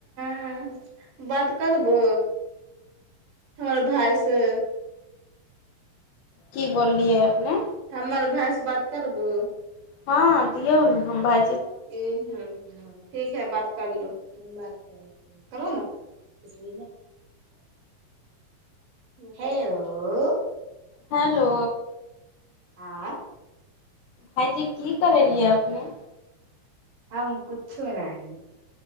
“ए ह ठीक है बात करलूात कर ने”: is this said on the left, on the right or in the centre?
Right